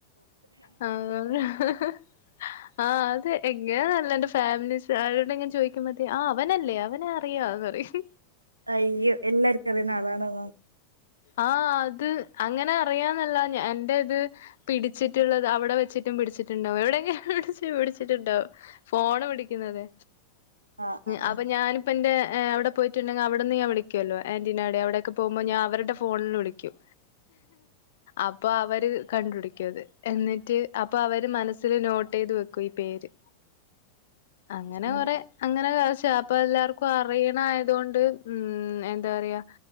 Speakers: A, on the left; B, on the right.
A: <unintelligible> ആഹ് അത് എങ്ങാനാന്നറില്ല എന്റെ ഫാമിലീസ് അവരോടിങ്ങനെ ചോയിക്കുംമ്പത്തെ ആ അവനല്ലേ അവനെ ആർ അറിയാം എന്ന്പറയും.
B: അയ്യോ! എല്ലാർക്കും അറിയുന്നാ ആളാണേവോ?
A: ആഹ് അത് അങ്ങനെ അറിയാന്നല്ല ഞ എന്റെത് പിടിച്ചിട്ട്ള്ളത് അവ്ടെ വെച്ചിട്ടും പിടിച്ചിട്ട്ണ്ടാവും എവ്ടെക്കെയാ വെച്ച് പിടിച്ചിട്ട്ണ്ടാവും. ഫോണ് പിടിക്ക്‌ന്നത്
B: ആഹ് ആഹ്
A: അപ്പ ഞാനും അപ്പന്റെ അവ്ടെ പോയിട്ട്ണ്ടങ്കി അവിട്ന്ന്ഞാൻ വിളിക്ക്‌വല്ലോ ആന്റിന്റെ അവ്ടെ അവ്ടെക്കെ പോവുബെ ഞാൻ അവര്ടെ ഫോണില് വിളിക്കും അപ്പം അവര് കണ്ട്പിടിക്കും അത് എന്നിട്ട് അപ്പം അവര് മനസ്സില് നോട്ട് ചെയ്ത് വെക്കും ഈ പേര് അങ്ങനെ
B: ഉം
A: കൊറേ അങ്ങനെക്കാവശ്യ അപ്പൊ എല്ലാർ ക്കും അറിണയാതൊണ്ട് ഉം എന്താ പറയാ